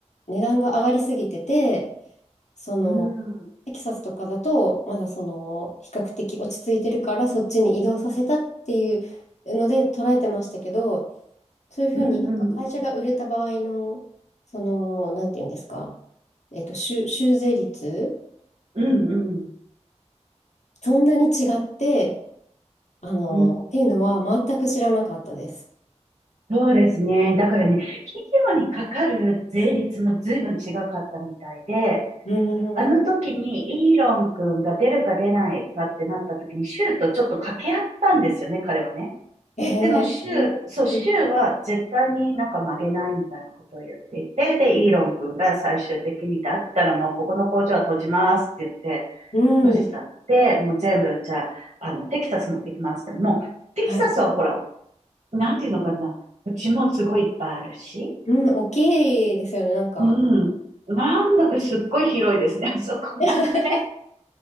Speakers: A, on the left (about 75°); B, on the right (about 65°).
A: 値段が上がりすぎてて、その、
B: うん、うん、
A: テキサスとかだと、まだその、比較的落ち着いてるから、そっちに移動させたっていうので捉えてましたけど、そういうふうになんか会社が売れた場合の、
B: うん、うん、
A: その、なんていうんですか、えっと、修、修税率
B: うん、うんうん
A: そんなに違って、あの、
B: うん
A: っていうのは全く知らなかったです。
B: そうですね。だからね、企業にかかる税率も随分違かったみたいで、
A: う
B: あの時にイーロン君が出るか出ないかってなった時に、
A: ん。
B: シューとちょっと掛け合ったんですよね、彼はね。
A: ええうん
B: でも、シュー、そう、シューは絶対になんか曲げないみたいなことを言っていて、で、イーロン君が最終的に、だったらもうここの工場は閉じますって言って、
A: うんうん。
B: 閉じちゃって、もう全部、じゃあ、あの、テキサス持ってきますって。もう、テキサスはほら、
A: はい。
B: なんていうのかな、うちもすごいいっぱいあるし、
A: うん、大きいですよね、なんか。
B: うん、なんだかすっごい広いですね、あそこもね。
A: <laughs>